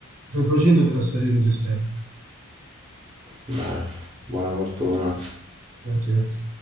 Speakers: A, on the right; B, on the right.
A: sono in procinto di trasferirmi, si spera.
B: dai, buona fortuna.
A: Grazie, grazie.